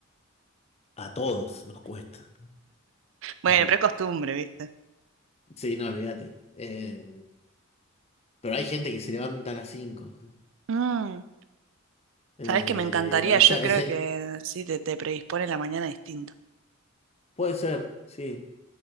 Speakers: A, on the left (about 30°); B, on the right (about 65°).
A: a todos nos cuesta.
B: Bueno,
A: <laughs>
B: pero es costumbre, ¿viste?
A: Sí, no, olvídate. Eh, pero hay gente que se levanta a las cinco,
B: Mm,
A: Eh,
B: ¿sabés qué me encantaría?
A: o
B: Yo
A: sea,
B: creo
A: que se...
B: que sí, te, te predispone la mañana distinto.
A: Puede ser, sí.